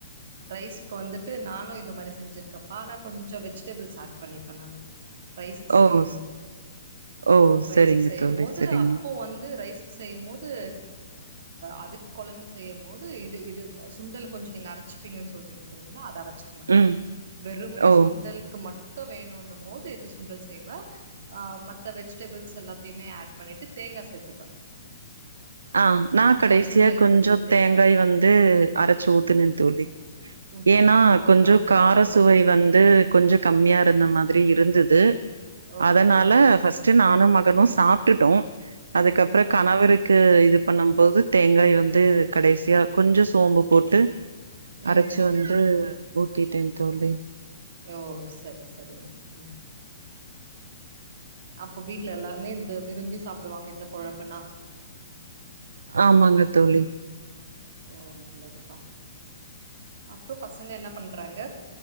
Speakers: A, on the right (about 55°); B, on the right (about 70°).
A: ரைஸ்க்கு வந்துட்டு நானூ இந்த மாரி செஞ்சிருக்கப்பா ஆனா கொஞ்சொ வெஜிடபிள்ஸ் ஆட் பண்ணிப்பே நானு
B: <inaudible>
A: ரைஸ்கு செய்யம்
B: ஓ
A: போது
B: ஓ
A: ரைஸ்க்கு
B: சரிங்க
A: செய்யம்
B: தோழி
A: போது
B: சரிங்க
A: அப்போ வந்து ரைஸ்க் செய்யம்மோது அதுக்கு கொழம்பு செய்யும் மோது இது இது சுண்டல கொஞ்சொ நீங்க அரைச்சுப்பீங்கன் சொல்றீங்க தெரியிங்ளா அத அர ச்சுக்க மாட்ட
B: ம்
A: வெறும்மனே
B: ஓ
A: சுண்டலுக்கு மட்டு வேணுனும் போது எது சுண்டல் செய்வே ஆ மத்த வெஜிடெபிள்ஸ் எல்லாத்தையுமே ஆட் பண்ணிட்டு தேங்கா சேத்துப்ப
B: ஆ நா கடைசியா
A: சுண்டலுக்கு
B: கொஞ்சொ
A: பதில் தேங்கா
B: தேங்காய் வந்து அரச்சு ஊத்துனே தோழி
A: ஊத்துனீங்களா
B: ஏன்னா கொஞ்சோ
A: ஆ
B: கார
A: நல்லா இருக்கு
B: சுவை வந்து கொஞ்சொ கம்மியா இருந்த மாதிரி இருந்தது
A: ஓகே
B: அதனால
A: ஆ
B: ஃபஸ் ட்டு நானும் மகனு சாப்ட்டுட்டோ அதுக்கப்புற
A: ம் ம்
B: கணவருக் க்கு இது பண்ணம் போது தேங்காய் வந்து கடைசியா கொஞ்சொ சோம்பு போட்டு
A: ம்
B: அரச்சு
A: ம் ம்
B: வந்து
A: ம்
B: ஊத்திட்டேன் தோழி
A: எ ஓ சரி சரிங்க ம் அப்ப வீட்ல எல்லாருமே இந்த விரும்பி சாப்டுவாங்க இந்த கொழம்புன்னா
B: ஆமாங்க தோழி
A: ஓ நல்லதுப்பா அப்புறொ பசங்க என்ன பண்றாங்க